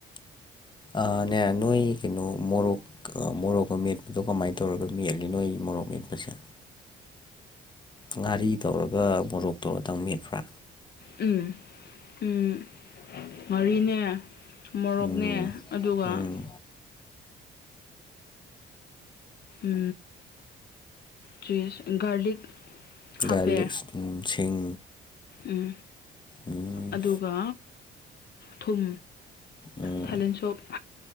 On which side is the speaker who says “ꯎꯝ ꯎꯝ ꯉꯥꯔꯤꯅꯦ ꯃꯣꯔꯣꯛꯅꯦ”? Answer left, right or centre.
Left